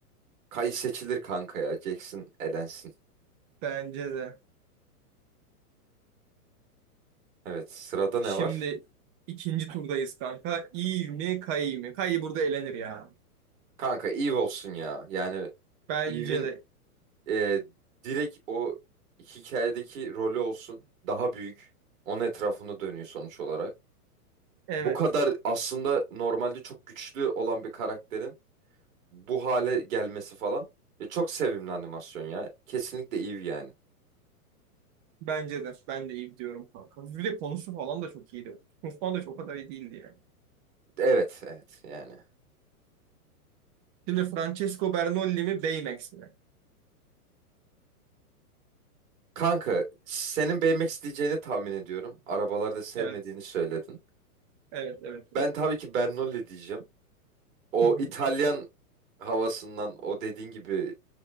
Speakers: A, on the right; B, on the right.
A: Kay seçilir kanka ya. Jackson elensin.
B: Bence de.
A: Evet sırada ne
B: Şimdi
A: var?
B: ikinci turdayız kanka. İyi mi Kai mi? Kai burada elenir ya.
A: Kanka Eve olsun ya. Yani
B: Bence
A: Eve'in
B: de.
A: e, direkt o hikayedeki rolü olsun. Daha büyük. Onun etrafında dönüyor sonuç olarak.
B: Evet.
A: Bu kadar aslında normalde çok güçlü olan bir karakterin bu hale gelmesi falan. Ya çok sevimli animasyon ya. Kesinlikle Eve yani.
B: Bence de. Ben de iyi diyorum kanka. Bir de konusu falan da çok iyiydi. Kung Fu Panda çok o kadar iyi değildi yani.
A: Evet, evet yani.
B: Şimdi Francesco Bernoulli mi Baymax mi?
A: Kanka, senin beğenmek isteyeceğini tahmin ediyorum. Arabaları da sevmediğini
B: Evet.
A: söyledin.
B: Evet. Evet. evet.
A: Ben tabii ki Bernoulli diyeceğim. O
B: Hı hı,
A: İtalyan havasından, o dediğin gibi